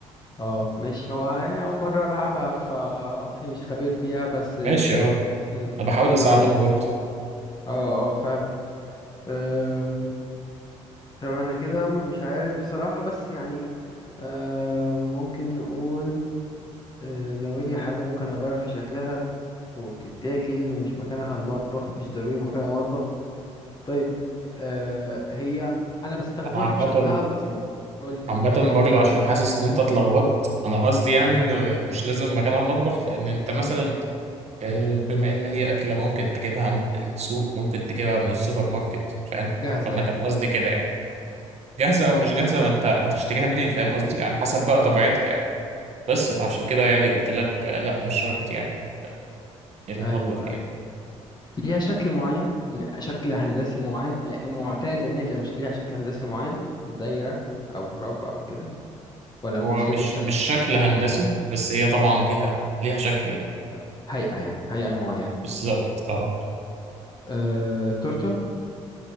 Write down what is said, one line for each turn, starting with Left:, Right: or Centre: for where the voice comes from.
Left: اه ماشي هو يعني أول مرة ألعبها فا أوكي مش خبير فيها بس
Right: ماشي اه
Left: مم.
Right: انا بحاول اساعدك
Left: طيب
Right: برضه
Left: اه اه فعلا أم، طب أنا كده مش عارف بصراحة بس يعني أم، ممكن نقول أه، لو هي حاجة ممكن أغير في شكلها وبتتاكل ومش مكانها المطبخ مش ضروري مكانها مطبخ طيب أه، هي أنا بستخدمها
Right: انا عامة
Left: بشكلها الأصلي قولي
Right: عامة برضه عشان حاسس ان انت اتلخبطت انا قصدي يعني ان مش لازم مكان على المطبخ لان انت مثلا آه، بما ان هي اكلة ممكن تجيبها من السوق ممكن تجيبها من السوبر ماركت فاهم
Left: جاهزة
Right: فانا
Left: يعني
Right: كان قصدي كده يعني جاهزة
Left: اوكي
Right: او مش جاهزة ما انت هتشتريها منين فاهم قصدي على حسب بقى
Left: اه
Right: طبيعتها يعني بس فعشان كده يعني قلت لك آه، لا مش شرط يعني المطبخ
Left: ايوه
Right: يعني
Left: ليها شكل معين م- شكل هندسي معين آه، معتاد ان هي تبقى ش- ليها شكل هندسي معين دايرة او مربع او كده ولا
Right: هو
Left: مش
Right: مش
Left: لازم شكل
Right: مش شكل هندسي بس هي طبعا ليها ليها شكل يعني
Left: آه، هيئة يعني هيئة معينة
Right: بالظبط
Left: مم.
Right: اه
Left: أه... تورتة